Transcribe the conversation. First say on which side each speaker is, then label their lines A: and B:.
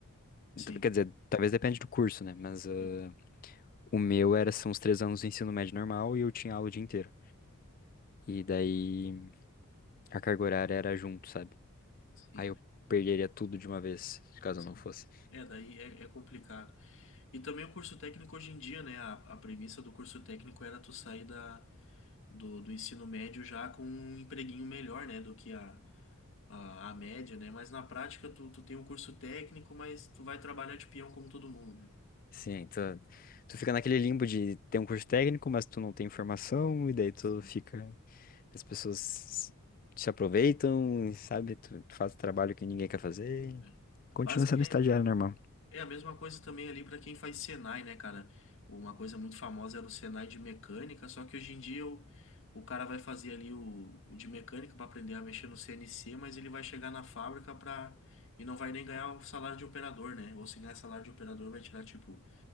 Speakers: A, on the left (about 60°); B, on the left (about 40°).
A: Sim,
B: Então, Quer dizer, talvez depende do curso, né? Mas ah,
A: sim,
B: o meu era, são os três anos do ensino médio normal e eu tinha aula o dia inteiro. E daí a carga horária era junto, sabe?
A: sim.
B: Aí eu perderia tudo de uma vez, caso
A: sim.
B: eu não fosse.
A: É, daí é, é complicado. E também o curso técnico hoje em dia, né? A, a premissa do curso técnico era tu sair da do, do ensino médio já com um empreguinho melhor, né, do que a, a, a média, né? Mas na prática tu, tu tem um curso técnico, mas tu vai trabalhar de peão como todo mundo, né?
B: Sim, tu, tu fica naquele limbo de ter um curso técnico, mas tu não tem formação, e daí tu
A: Sim,
B: fica. As pessoas te aproveitam, sabe? Tu, tu faz trabalho que ninguém quer fazer.
A: né?
B: Continua
A: Basic,
B: sendo
A: é,
B: estagiário normal.
A: é a mesma coisa também ali para quem faz Senai, né, cara? Uma coisa muito famosa era o Senai de mecânica, só que hoje em dia o, o cara vai fazer ali o, o de mecânica para aprender a mexer no CNC, mas ele vai chegar na fábrica para e não vai nem ganhar o salário de operador, né? Ou se ganhar salário de operador vai tirar tipo